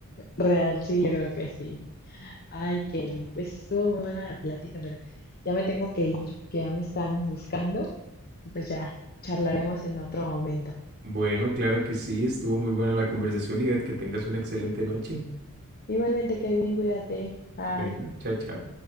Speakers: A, on the left; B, on the right.
A: Real, sí, yo creo que sí. Ay, Kevin, pues estuvo muy buena la plática, pero ya me tengo que ir, que ya me están buscando. Pues ya charlaremos en otro momento.
B: Bueno, claro que sí, estuvo muy buena la conversación y Ivette, que tengas una excelente noche.
A: Igualmente, Kevin, cuídate. Bye.
B: Bueno, chao, chao.